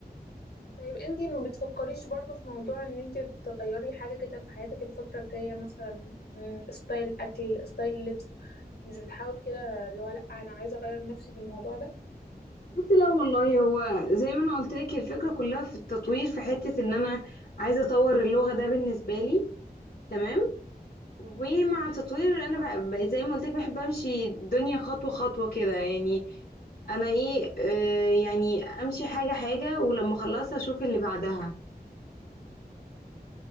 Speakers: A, on the left (about 75°); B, on the left (about 60°).
A: طيب انتي ما بتفكريش برضو في موضوع ان انتي تغيري حاجة كده في حياتك الفترة الجاية مثلا م، ستايل اكل ستايل لبس مش بتحاولي كده اللي هو لا انا عايزة اغير نفسي في الموضوع ده
B: بصي لا والله هو زي ما انا قلت لك الفكرة كلها في التطوير في حتة ان انا عايزة اطور اللغة ده بالنسبة لي تمام ومع تطوير انا بقى بقى زي ما قلت لك بحب امشي الدنيا خطوه خطوه كده يعني انا ايه آه يعني امشي حاجه حاجه ولما اخلصها اشوف اللي بعدها